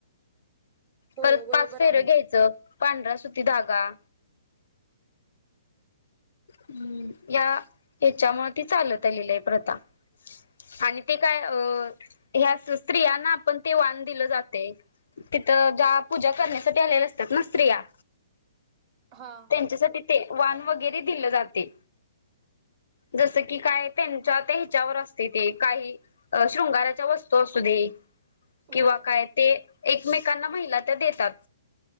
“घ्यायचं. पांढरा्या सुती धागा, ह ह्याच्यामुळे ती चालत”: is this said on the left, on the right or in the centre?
Left